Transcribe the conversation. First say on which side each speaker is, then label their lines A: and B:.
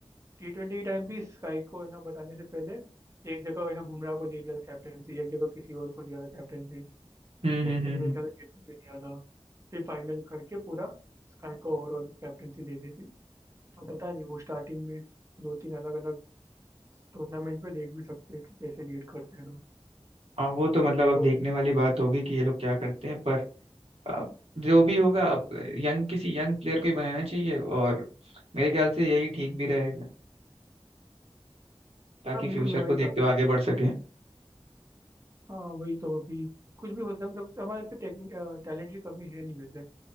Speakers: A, on the right; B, on the right.
A: टी ट्वेंटी के टाइम भी स्काई को है ना बताने से पहले एक जगह है ना बुमराह को दे दिया था कैप्टनसी एक जगह किसी और को दिया था कैप्टनसी कहीं
B: हम्म हम्म
A: पे
B: हम्म
A: तो मेरे
B: हम्म।
A: ख्याल से गेट को भी दिया था फिर फाइनल करके पूरा स्काई को ओवरऑल कैप्टनसी दे दी थी तो पता नहीं वो स्टार्टिंग में दो तीन अलग अलग टूर्नामेंट में देख भी सकते थे कैसे लीड करते हैं लोग
B: हाँ, वो तो मतलब अब
A: तो
B: देखने
A: अभी
B: वाली बात होगी कि ये लोग क्या करते हैं पर अब जो भी होगा अब यंग किसी यंग प्लेयर को ही बनाना चाहिए और मेरे ख्याल से यही ठीक भी रहेगा ताकि
A: हाँ
B: फ्यूचर
A: बिल्कुल मैं वही
B: को देखते
A: था
B: हुए आगे बढ़ सके
A: हाँ वही तो अभी कुछ भी हो सकता है मतलब हमारे पे टेक्निक टैलेंट की कमी है नहीं वैसे